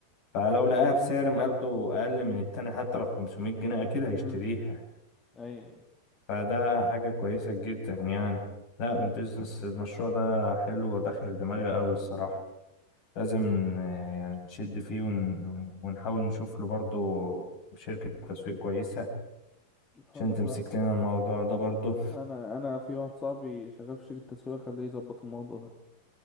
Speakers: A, on the left; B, on the left.
A: فلو لقاها بسعر برضه اقل من التاني حتى لو 500 جنيه اكيد هيشتريها
B: امم ايوه
A: فده حاجة كويسة جدا يعني لا
B: امم
A: البيزنس المشروع ده حلو وداخل دماغي قوي الصراحة لازم آه، يعني نشد فيه ون... ون- ونحاول نشوف له برضه شركة تسويق كويسة
B: خلصان
A: عشان تمسك لنا الموضوع ده برضه
B: انا انا في واحد صاحبي شغال في شركة تسويق خليه يظبط الموضوع ده